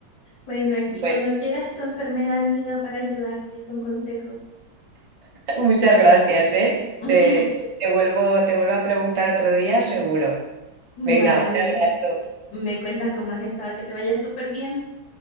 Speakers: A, on the left; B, on the right.
A: Bueno, aquí
B: Bueno,
A: cuando quieras tu enfermera amiga para ayudarte con consejos.
B: muchas gracias, ¿eh?
A: <laughs>
B: Te, te vuelvo, te vuelvo a preguntar otro día, seguro.
A: Vale.
B: Venga, un abrazo.
A: Me cuentas cómo has estado, que te vaya súper bien.